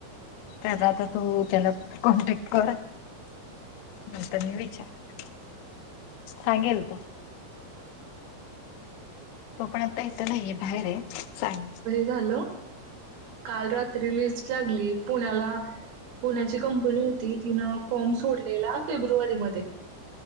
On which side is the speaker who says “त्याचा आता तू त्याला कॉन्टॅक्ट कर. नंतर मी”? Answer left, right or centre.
Left